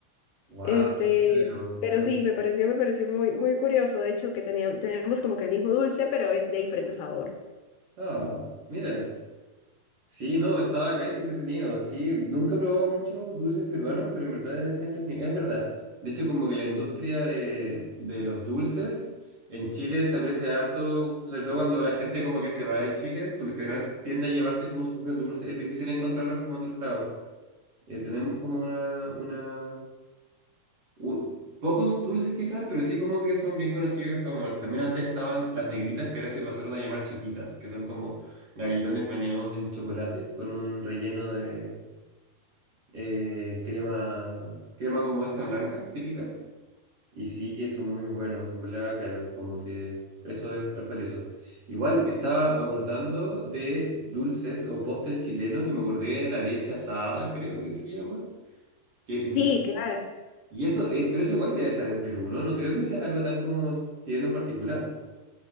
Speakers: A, on the right (about 50°); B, on the left (about 80°).
A: wow,
B: Este,
A: claro.
B: pero
A: no.
B: sí, me pareció, me pareció muy, muy curioso, de hecho, que teníamos, tenemos como que el mismo dulce, pero es de diferente sabor.
A: Ah, mira. Sí, no, estaba acá, qué entretenido. Sí, nunca he probado muchos dulces peruanos, pero en verdad es entretenido. Es verdad. De hecho, como que la industria de, de los dulces en Chile se aprecia harto, sobre todo cuando la gente como que se va de Chile, por lo general tiende a llevarse como su propio dulce. Es difícil encontrarlos como en otros lados. Eh, tenemos como una, una u- pocos dulces quizás, pero sí como que son bien conocidos los huevos muertos. También antes estaban las negritas que ahora se pasaron a llamar choquitas, que son como galletones bañados en chocolate con un relleno de eh, crema, crema como esta blanca, típica. Y sí, son muy buenos, en ¿verdad? Claro, como que eso es, es valioso. Igual me estaba acordando de dulces o postres chilenos y me acordé de la leche asada, creo que se llama. Que no
B: Sí,
A: sé si
B: claro.
A: y eso, eh, pero eso igual debe estar en Perú, ¿no? No creo que sea algo tan como tirando en particular.